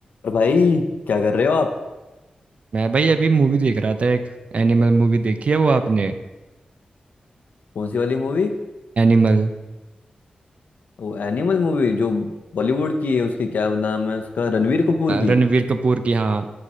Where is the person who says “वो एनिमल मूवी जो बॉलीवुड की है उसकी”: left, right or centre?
Left